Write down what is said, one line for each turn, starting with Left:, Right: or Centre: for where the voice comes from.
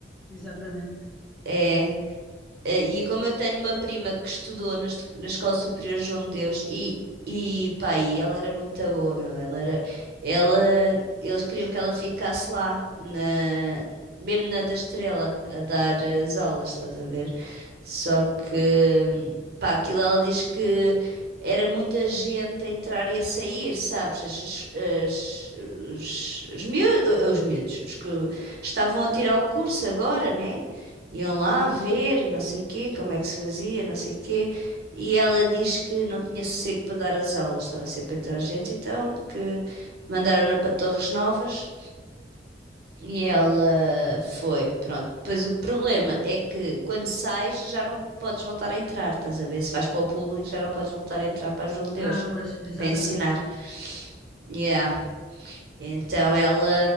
Centre: Exatamente.
Right: É. Eh, E como eu tenho uma prima que estudou na, est- na Escola Superior João de Deus e, e pá, e ela era muito boa, meu. Ela era, ela, eles queriam que ela ficasse lá, na, mesmo na da Estrela, a dar eh, as aulas, estás a ver? Só que, pá, aquilo ela diz que era muita gente a entrar e a sair, sabes? As, as, as- os, os miú- os miúdos, os que estavam a tirar o curso agora, né? Iam lá
Centre: Sim.
Right: ver e não sei quê, como é que se fazia, não sei quê. E ela diz que não tinha sossego para dar as aulas, estava sempre atrás de gente, então que mandaram-na para Torres Novas e ela foi, pronto. Pois o problema é que quando sais já não podes voltar a entrar, estás a ver? Se vais para o público já não podes voltar a entrar para as Dom de Deus,
Centre: Ah, pois, exatamente.
Right: para ensinar. Yeah. Então ela,